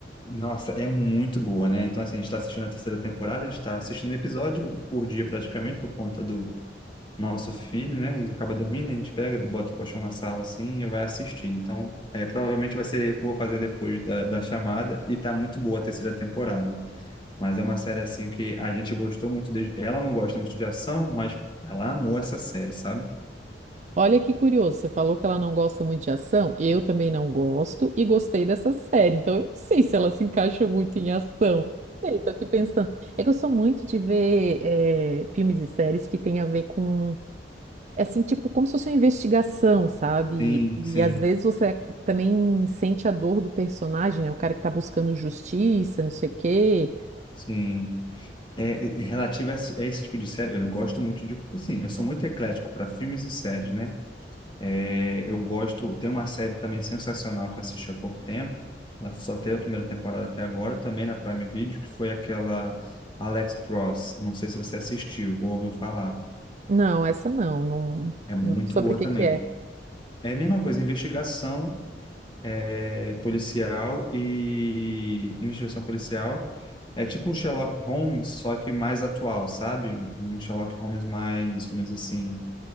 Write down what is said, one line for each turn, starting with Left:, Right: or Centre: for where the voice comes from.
Left: Nossa, é muito boa, né? Então, assim, a gente tá assistindo a terceira temporada, a gente tá assistindo episódio por dia praticamente, por conta do nosso filho, né? Ele acaba dormindo, a gente pega, bota o colchão na sala assim e vai assistir. Então, é, provavelmente vai ser o que eu vou fazer depois da, da chamada. E tá muito boa a terceira temporada. Mas é uma série assim que a gente gostou muito. De... Ela não gosta muito de ação, mas ela amou essa série, sabe?
Right: Olha que curioso, você falou que ela não gosta muito de ação. Eu também não gosto e gostei dessa série. Então, eu não sei se ela se encaixa muito em ação. Não sei, tô aqui pensando. É que eu sou muito de ver eh, filmes e séries que tem a ver com É assim, tipo, como se fosse uma investigação, sabe?
Left: Sim,
Right: E
Left: sim.
Right: às vezes você também sente a dor do personagem, né? O cara que tá buscando justiça, não sei o quê.
Left: Sim. É, é, relativo a esse, a esse tipo de série, eu gosto muito de. Assim, eu sou muito eclético para filmes e séries, né? É, eu gosto, tem uma série também sensacional que eu assisti há pouco tempo. Ela só teve a primeira temporada até agora, também na Prime Video, que foi aquela Alex Cross. Não sei se você assistiu ou ouviu falar.
Right: Não, essa não, não,
Left: É muito
Right: não- sobre
Left: boa
Right: o que
Left: também.
Right: que é.
Left: É a mesma coisa, investigação é, policial e investigação policial. É tipo um Sherlock Holmes, só que mais atual, sabe? Um Sherlock Holmes mais, como diz assim,